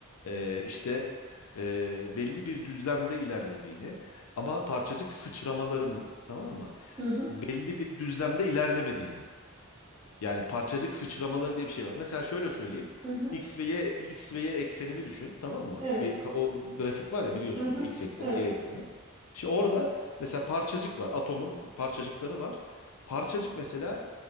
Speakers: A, on the left; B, on the right.
A: e, işte e, belli bir düzlemde ilerlediğini ama parçacık sıçramalarının tamam mı
B: Hı hı.
A: belli bir düzlemde ilerlemediğini. Yani parçacık sıçramaları diye bir şey var. Mesela şöyle söyleyeyim.
B: Hı hı.
A: X ve Y, X ve Y eksenini düşün, tamam mı?
B: Evet.
A: Bir ka- o grafik var ya biliyorsunuz
B: Hı hı.
A: X ekseni,
B: Evet.
A: Y ekseni. Şimdi orada mesela parçacık var. Atomun parçacıkları var. Parçacık mesela